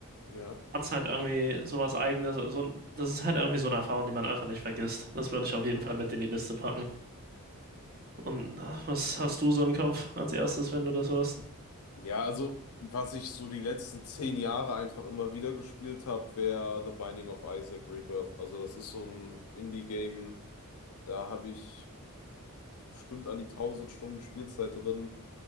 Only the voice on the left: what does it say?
Ja.
Mhm.
Ja, also was ich so die letzten zehn Jahre einfach immer wieder gespielt habe, wäre The Binding of Isaac Rebirth. Also das ist so ein Indie-Game Da habe ich bestimmt an die 1000 Stunden Spielzeit drin.